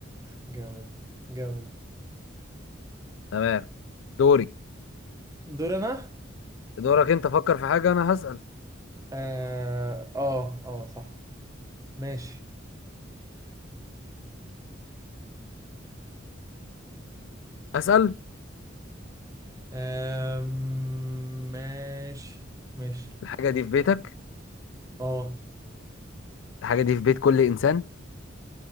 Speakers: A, on the right (about 15°); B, on the left (about 70°).
A: جامد جامد
B: تمام دوري
A: دور أنا
B: دورك انت فكر في حاجة انا هسأل
A: اه اه آه، صح ماشي
B: اسال
A: آم. ماشي ماشي
B: الحاجه دي في بيتك
A: اه
B: الحاجه دي في بيت كل انسان